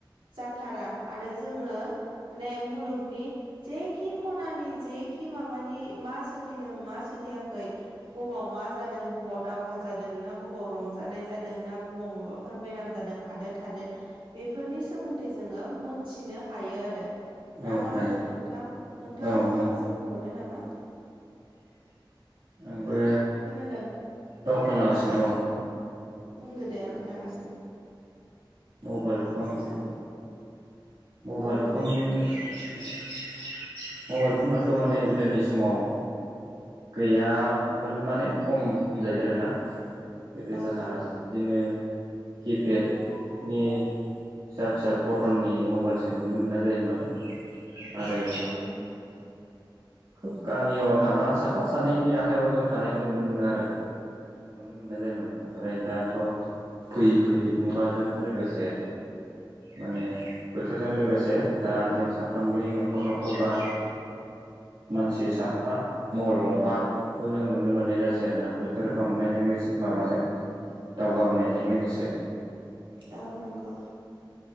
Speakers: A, on the right; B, on the right.
A: जाथारा आरो जोङो माने मुलुगनि जेखि खनानि जेखि माबानि मा सोलिदों मा सोलियाखै बबाव मा जादों बबाव दावहा जादों ना बबाव रंजानाय जादों ना बबाव माबा फोर बेराम जादों हादोर हादोर बेफोरनि सोमोन्दै जोङो मोनथिनो हायो आरो। ना
B: औ
A: मा
B: हायो
A: बुङो नोंथां नोंथाङाबो
B: औ
A: माखासे
B: नंगौ
A: बुंबावदो नामा?
B: आंबो
A: खोनादों
B: औ खोनागासिनो
A: औ बुंदो दे
B: माने
A: आं खोनागासिनो।
B: मबाइल फन
A: जान
B: मबाइल
A: औ
B: फन
A: औ बुं दे
B: मबाइल फनाथ' माने गोदोनि समाव गैयामोन माने खम होनजायो आरोना। गोदो
A: औ
B: जाहा
A: नंगौ
B: बिदिनो किपेडनि फिसा फिसा पटननि मबाइल हलसे नुनो मोननाय जायोमोन आरो
A: औ नंगौ नंगौ
B: खोब गामियाव थाबा साफा सानैनि आखाइायाव जों थानायखौ नुनो मोनो आरो। नुनो मोननाय जायोमोन ओमफ्राय दाथ' फैयै फैयै मुगाजों लोगोसे माने बोथोरजों लोगोसे दा जों साफ्रोमबोनि न'खर न'खर बा मानसि साफा मलबाइल गंफा बेखौ जों नुनो मोननाय जासै आरोना बोथोर बांनायजों लोगोसे माबाजों दावगाबोनायजों लोगोसे।
A: औ नंगौ